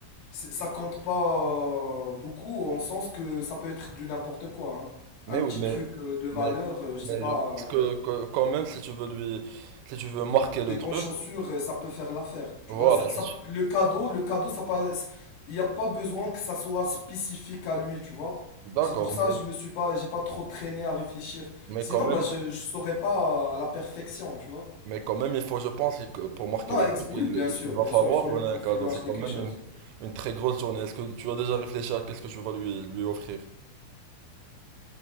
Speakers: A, on the left; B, on the right.
A: c'est- ça compte pas euh, beaucoup en sens que ça peut être du n'importe quoi. hein.
B: Mais
A: Un petit
B: oui, mais,
A: truc euh, de valeur,
B: mais,
A: euh, je
B: mais
A: sais pas,
B: je pense que,
A: euh,
B: que quand même, si tu veux lui, si tu veux marquer le
A: des bonnes
B: truc,
A: chaussures, euh, ça peut faire l'affaire. Tu
B: voilà.
A: vois, ça, ça-
B: si tu-
A: le cadeau, le cadeau, ça passe il n'y a pas besoin que ça soit spécifique à lui, tu vois.
B: D'accord,
A: C'est pour ça
B: mais,
A: que je me suis pas, j'ai pas trop traîné à réfléchir.
B: mais
A: Sinon,
B: quand même,
A: bah je, je saurais pas euh, à la perfection, tu vois.
B: mais quand même, il faut, je pense, que pour marquer
A: Non,
B: le
A: ex-
B: truc,
A: oui,
B: il,
A: bien
B: il
A: sûr,
B: il va
A: bien
B: falloir
A: sûr, il faut
B: donner
A: lui,
B: un
A: il
B: cadeau.
A: faut lui acheter
B: C'est quand
A: quelque
B: même
A: chose.
B: une, une très grosse journée. Est-ce que tu as déjà réfléchi à qu'est-ce que tu vas lui, lui offrir?